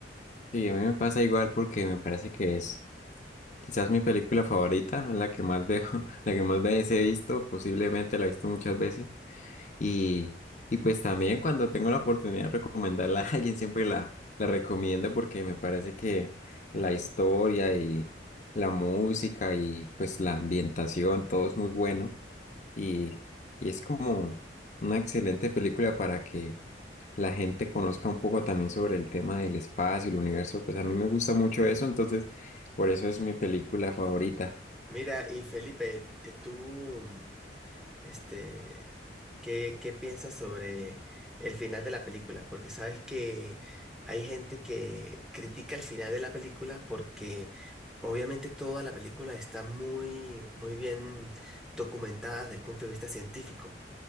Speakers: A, on the left; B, in the centre.
A: Sí, a mí me pasa igual porque me parece que es quizás mi película favorita, la que más veo, <laughs> la que más veces he visto, posiblemente la he visto muchas veces. Y, y pues también cuando tengo la oportunidad de recomendarla a alguien, siempre la, la recomiendo porque me parece que la historia y la música y pues la ambientación, todo es muy bueno. Y, y es como una excelente película para que la gente conozca un poco también sobre el tema del espacio, el universo. Pues a mí me gusta mucho eso, entonces por eso es mi película favorita.
B: Mira, y Felipe, eh, tú Este, ¿qué, qué piensas sobre el final de la película? Porque sabes que hay gente que critica el final de la película porque obviamente toda la película está muy, muy bien documentada desde el punto de vista científico,